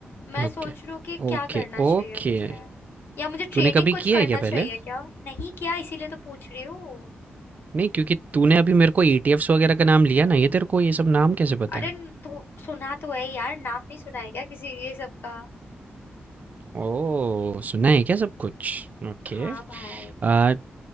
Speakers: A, on the left (about 65°); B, on the right (about 40°).
A: मैं
B: Okay,
A: सोच रही हूँ कि क्या
B: okay,
A: करना चाहिए
B: okay.
A: मुझे या मुझे ट्रेडिंग
B: तूने कभी
A: कुछ
B: किया
A: करना
B: है क्या
A: चाहिए
B: पहले?
A: क्या नहीं किया इसीलिए तो पूछ रही हूँ
B: नहीं, क्योंकि तूने अभी मेरे को ईटीएफ्स वगैरह का नाम लिया ना, ये तेरे को ये सब नाम कैसे पता
A: अरे
B: है?
A: न- तो सुना तो है यार नाम नहीं सुना है क्या किसी ये सब का
B: ओह! सुना है क्या सब कुछ? ओके।
A: हाँ भाई
B: अ,